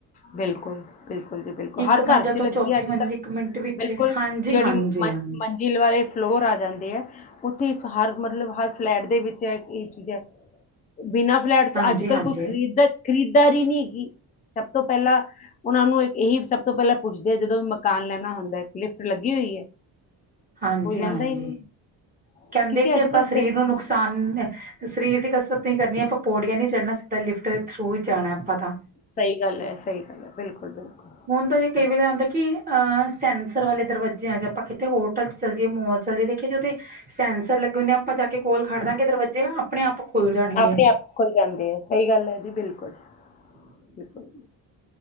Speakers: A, on the left; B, on the right.
A: ਬਿਲਕੁਲ ਬਿਲਕੁਲ ਜੀ ਬਿਲਕੁਲ, ਹਰ
B: ਇੱਕ
A: ਘਰ
B: ਮੰਜ਼ਿਲ
A: ਚ
B: ਤੋਂ
A: ਲੱਗੀ
B: ਚੌਥੀ
A: ਹੈ ਅੱਜ
B: ਮੰਜ਼ਿਲ
A: ਕੱਲ
B: ਇੱਕ ਮਿੰਟ ਵਿੱਚ
A: ਬਿਲਕੁਲ
B: ਹਾਂਜੀ
A: ਜਿਹੜੀ
B: ਹਾਂਜੀ
A: ਮ
B: ਹਾਂਜੀ
A: ਮੰ ਦਿਲ ਵਾਲੇ ਫਲੋਰ ਆ ਜਾਂਦੇ ਆ। ਉੱਥੇ ਹਰ ਮਤਲਬ ਹਰ ਫਲੈਟ ਦੇ ਵਿੱਚ ਇਹ ਚੀਜ਼ ਹੈ, ਬਿਨਾਂ ਫਲੈਟ ਤੋਂ
B: ਹਾਂਜੀ
A: ਅੱਜ
B: ਹਾਂਜੀ
A: ਕੱਲ੍ਹ ਕੋਈ ਖਰੀਦ ਖਰੀਦਦਾਰੀ ਨਹੀਂੀ ਹੈਗੀ ਸਭ ਤੋਂ ਪਹਿਲਾਂ, ਉਹਨਾ ਨੂੰ ਇਹੀ ਸਭ ਤੋਂ ਪਹਿਲਾਂ ਪੁੱਛਦੇ ਆ ਜਦੋਂ ਵੀ ਮਕਾਨ ਲੈਣਾ ਹੁੰਦਾ ਲਿਫਟ ਲੱਗੀ ਹੋਈ ਹੈ।
B: ਹਾਂਜੀ
A: ਕੋਈ ਲੈਂਦਾ
B: ਹਾਂਜੀ
A: ਹੀ ਨਹੀਂ
B: ਕਹਿੰਦੇ
A: ਕਿਉਂਕਿ
B: ਕਿ
A: ਅੱਜ
B: ਆਪਾਂ
A: ਕੱਲ
B: ਸਰੀਰ ਨੂੰ ਨੁਕਸਾਨ, ਸਰੀਰ ਦੀ ਕਸਰਤ ਨ ਕਰਨੀ ਆਪਾਂ ਪੌੜੀਆਂ ਨੀ ਚੜ੍ਹਨਾ ਸਿੱਧਾ ਲਿਫਟ ਦੇ ਥਰੂ ਹੀ ਜਾਣਾ ਆਪਾਂ ਤਾਂ,
A: ਸਹੀ ਗੱਲ ਹੈ ਸਹੀ ਗੱਲ ਹੈ ਬਿਲਕੁਲ ਬਿਲਕੁਲ
B: ਹੁਣ ਤਾਂ ਜੇ ਕਈ ਵੇਲੇ ਆਂਦੈ ਕਿ ਅ ਸੈਂਸਰ ਵਾਲੇ ਦਰਵਾਜੇ ਆਗੇ ਆਪਾਂ ਕਿਤੇ ਹੋਟਲ ਚੱਲਜੀਏ ਮੋਲ ਚੱਲਜੀਏ ਜੇ ਸੈਂਸਰ ਲੱਗੇ ਹੁੰਦੇ ਆ ਆਪਾਂ ਜਾ ਕੇ ਕੋਲ ਖੜ ਦਾਂਗੇ ਦਰਵਾਜੇ ਆਪ ਆਪਣੇ ਆਪ ਖੁੱਲ ਜਾਣਗੇ
A: ਆਪਣੇ ਆਪ ਖੁੱਲ ਜਾਂਦੇ ਆ ਸਹੀ ਗੱਲ ਹੈ ਜੀ ਬਿਲਕੁਲ
B: <inaudible>
A: ਦੇਖੋ